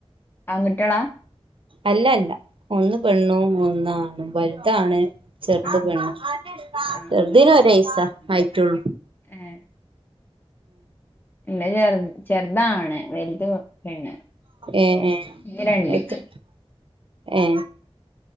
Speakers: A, on the left (about 20°); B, on the right (about 55°).
A: ആൺകുട്ടികളാ
B: അല്ല അല്ല ഒന്ന് പെണ്ണും ഒന്നാണും വല്താണ് ചെറ്ത്
A: ആഹ്
B: പെണ്ണ്
A: ആഹ്
B: ചെറ്തീന് ഒരൈസാ ആയ്റ്റൊള്ളൂ
A: ഏ ൻ്റെ ചെറ്താണ് വെല്ത് പെണ്ണ് ഞ്
B: ഏ ഏ
A: രണ്ട്ക്ക്
B: എത്ര ഏ